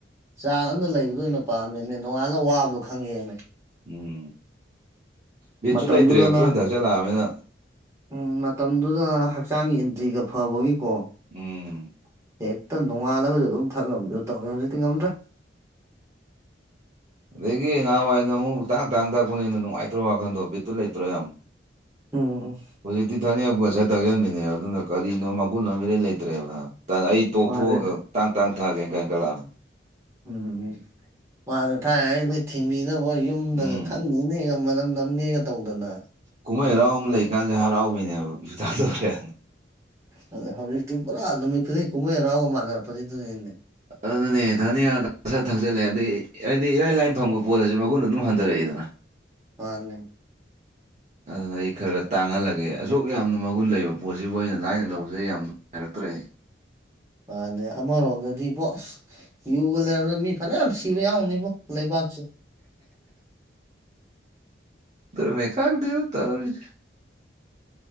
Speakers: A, on the right (about 15°); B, on the right (about 35°).
A: ꯆꯥꯡ ꯑꯃꯗ ꯂꯩꯕꯗꯣ ꯑꯣꯏꯅ ꯄꯥꯝꯃꯦꯅꯦ ꯅꯣꯡꯉꯥꯂ ꯋꯥꯕꯗꯣ ꯈꯪꯉꯦꯃꯦ
B: ꯎꯝ ꯕꯤꯠꯁꯨ
A: ꯃꯇꯝꯗꯨꯗꯅ
B: ꯂꯩꯇ꯭ꯔꯦꯕ ꯇꯣꯏꯅ ꯊꯛꯆꯜꯂꯛꯑꯕꯅꯤꯅ
A: ꯎꯝ ꯃꯇꯝꯗꯨꯗ ꯍꯛꯆꯥꯡꯒꯤ ꯑꯦꯟꯇ꯭ꯔꯤꯒ ꯐꯕꯒꯤꯀꯣ
B: ꯎꯝ
A: ꯍꯦꯛꯇ ꯅꯣꯡꯉꯥꯂꯁꯨ ꯑꯗꯨꯝ ꯊꯛꯉꯝꯃꯤꯗ ꯇꯧꯔꯦ ꯍꯧꯖꯤꯛꯇꯤ ꯉꯝꯗ꯭ꯔꯦ
B: ꯑꯗꯒꯤ ꯉꯍꯥꯟꯋꯥꯏꯅ ꯑꯃꯨꯛ ꯇꯥꯡ ꯇꯥꯡ ꯊꯛꯄꯅꯤꯅ ꯅꯨꯡꯉꯥꯏꯇ꯭ꯔꯣ ꯋꯥꯈꯟꯗꯣ ꯕꯤꯠꯇꯨ ꯂꯩꯇ꯭ꯔꯣ ꯌꯥꯝ
A: ꯎꯝ
B: ꯍꯧꯖꯤꯛꯇꯤ ꯊꯛꯅꯤꯡꯉꯛꯄꯒ ꯁꯠ ꯊꯛꯆꯤꯟꯕꯤꯅꯦꯕ ꯑꯗꯨꯅ ꯀꯔꯤꯅꯣ ꯃꯒꯨꯟ ꯑꯃ ꯏꯔꯩ ꯂꯩꯇ꯭ꯔꯦꯕꯅ ꯑꯩ ꯇꯣꯛꯊꯣꯛꯑꯒ
A: ꯃꯥꯅꯦ
B: ꯇꯥꯡ ꯇꯥꯡ ꯊꯛꯑꯒꯦꯅ ꯈꯟꯀꯠꯂꯛꯑꯕꯅꯤ
A: ꯎꯝ ꯎꯝ ꯃꯥꯅ ꯊꯥꯏ ꯍꯥꯏꯗꯤ ꯊꯤꯟꯕꯤꯅꯕ ꯌꯨꯝꯗꯒ
B: ꯎꯝ
A: ꯊꯛ ꯅ ꯅꯅꯦꯒ ꯃꯅꯝ ꯅꯝꯃꯦꯒ ꯇꯧꯗꯅ
B: ꯀꯨꯝꯍꯩ ꯍꯔꯥꯎꯕ ꯑꯃ ꯂꯩꯀꯥꯟꯗ ꯍꯔꯥꯎꯕꯤꯅꯦꯕ ꯊꯛꯇꯔ꯭ꯦ
A: ꯑ ꯍꯧꯖꯤꯛꯇꯤ ꯄꯨꯔꯥ ꯅꯨꯃꯤꯠ ꯈꯨꯗꯤꯡ ꯀꯨꯝꯍꯩ ꯍꯔꯥꯎꯒ ꯃꯥꯟꯅꯔꯛꯄꯒꯤꯗꯨꯅꯤꯅꯦ
B: ꯑꯗꯨꯅꯦ ꯊꯛꯅꯤꯡꯉꯒ ꯈ ꯊꯛꯆꯜꯂꯦ ꯑꯗꯨ ꯍꯥꯏꯗꯤ ꯏꯔꯥꯏ ꯂꯥꯏꯅ ꯐꯪꯕ ꯄꯣꯠ ꯑꯁꯤ ꯃꯒꯨꯟ ꯑꯗꯨꯝ ꯍꯟꯊꯔꯛꯏꯗꯅ
A: ꯃꯥꯅꯦ
B: ꯑꯗꯨꯅ ꯑꯩ ꯈꯔ ꯈꯔ ꯇꯥꯡꯍꯜꯂꯒꯦ ꯑꯁꯨꯛ ꯌꯥꯝꯅ ꯃꯒꯨꯟ ꯂꯩꯕ ꯄꯣꯠꯁꯤꯕꯨ ꯑꯩꯅ ꯂꯥꯏꯅ ꯂꯧꯖꯩ ꯌꯥꯝ ꯅꯨꯡꯉꯥꯏꯔꯛꯇ꯭ꯔꯦ
A: ꯃꯥꯅꯦ ꯑꯃꯔꯣꯝꯗꯗꯤꯕꯣ ꯑꯁ ꯌꯨꯒ ꯂꯩꯔꯝꯗ ꯃꯤ ꯐꯅ ꯌꯥꯝ ꯁꯤꯕ ꯌꯥꯎꯅꯤꯕꯣ ꯂꯩꯕꯥꯛꯁꯨ
B: ꯑꯗꯨꯅꯦ ꯈꯡꯗꯦꯕꯣ ꯇꯧꯔꯤꯁꯦ